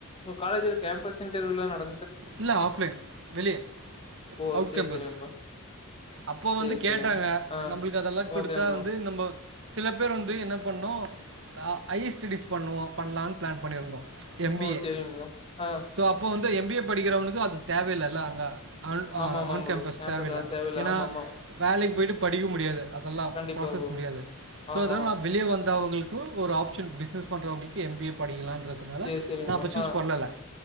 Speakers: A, on the left; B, on the right.
A: உங்க காலேஜ்ல கேம்பஸ் இன்டர்வூலா நட
B: இல்ல ஆஃப்லைன் வெளிய
A: ஓ
B: அவுட்
A: சேரி
B: கேம்பஸ்
A: சேரிங்க ப்ரோ
B: அப்போ
A: சேரி
B: வந்து கேட்டாங்க
A: சேரிங்க ஆ
B: நம்ளுக்கு அதெல்லா குடுத்தா
A: ஓகேங்க ப்ரோ
B: வந்து நம்போ சில பேர் வந்து என்ன பண்ணோ ஐயர் ஸ்டடீஸ் பண்ணுவோ பண்ணலான்னு பிளான் பண்ணிருந்தோ எம் பி
A: ஓ
B: ஏ
A: சேரிங்க ப்ரோ ஆ
B: சோ அப்போ வந்து த எம் பி எ படிக்கிறவனுக்கு அது தேவயில்லல்ல அங்க அன் அஹ
A: ஆமா ஆமா
B: ஆன் கேம்பஸ்
A: ப்ரோ
B: தேவையில்ல
A: அது
B: ஏன்னா
A: ஆமா ஆமா
B: வேலைக்கு போயிட்டு படிக்க முடியாது அதெல்லா
A: கண்டிப்பா
B: ப்ராசஸ்
A: ப்ரோ
B: முடியாது சோ
A: ஆமா
B: அதான் நா வெளிய வந்து து அவுங்ளுக்கு ஒரு ஆப்ஷன் பிஸ்னஸ் பண்றவங்ளுக்கு எம் பி ஏ படிகலான் த்துனால
A: சேரி சேரிங்க
B: நா அப்ப
A: ப்ரோ
B: சூஸ்
A: ஆ
B: பண்ணல